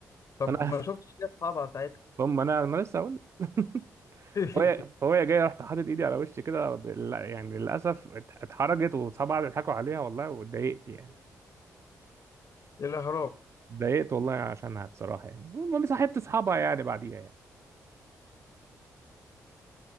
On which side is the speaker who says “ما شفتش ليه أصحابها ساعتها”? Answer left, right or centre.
Left